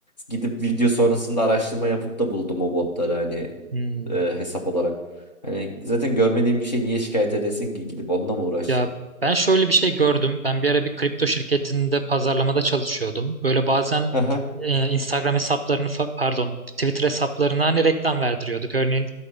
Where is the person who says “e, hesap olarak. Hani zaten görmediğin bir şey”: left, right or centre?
Left